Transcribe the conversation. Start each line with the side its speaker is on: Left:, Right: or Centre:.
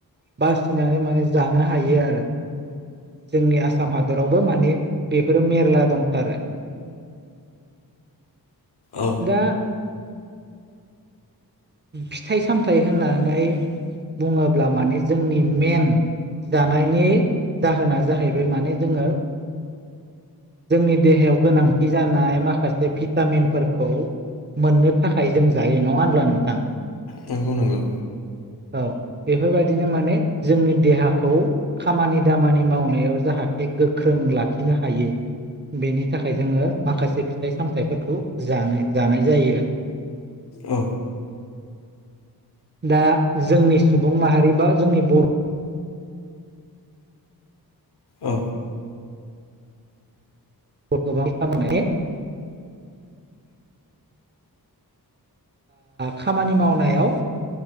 Right: बासिनानै माने जानो हायो आरो जोंनि आसाम हादरावबो माने बेफोरो मेरला दंथारो
Left: औ
Right: दा फिथाइ सामथाइ होननानै बुङोब्ला माने जोंनि मेन जानायनि जाहोना जाहैबाय माने जोङो जोंनि देहायाव गोनांथि जानाय माखासे भिटामिनफोरखौ मोननो थाखाय जों जायो नङा होनब्ला नोंथां
Left: नंगौ नंगौ
Right: औ बेफोरबायदिनो माने जोंनि देहाखौ खामानि दामानि मावनायाव जाहाथे गोख्रों लाखिनो हायो बेनि थाखाय जोङो माखासे फिथाइ सामथायाइफोरखौ जानो जानाय जायो आरो
Left: औ
Right: दा जोंनि सुबुं माहारि बा जोंनि बर'
Left: औ
Right: <unintelligible> खामानि मावनायाव